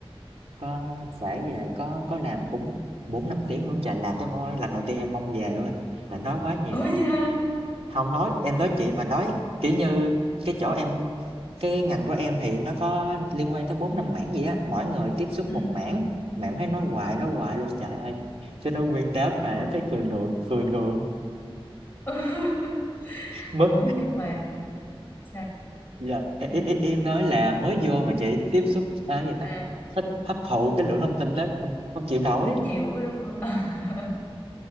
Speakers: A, on the right; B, on the left.
A: có phải về có có làm cũng 4 5 tiếng luôn trời làm tới môi lần đầu tiên em mong về luôn á. Là nói quá nhiều.
B: ủa da
A: không nói, em nói chị bà nói, kiểu như, cái chỗ em cái ngành của em thì nó có liên quan tới bốn năm mảng gì á, mỗi người tiếp xúc
B: ừ
A: một mảng, mà em thấy nói hoài, nói hoài luôn, trời ơi! Cho nên nguyên đám mà
B: họ
A: em thấy cười ngượng, cười ngượng,
B: <laughs>
A: mất
B: ủa nhưng mà sao
A: là e
B: em
A: e
B: nói
A: e em
B: sao
A: nói là mới vô mà chị tiếp xúc, a, cái gì ta,
B: à
A: thích hấp thụ cái lượng thông tin đó không không chịu nổi.
B: nó nhiều quá đúng không <laughs>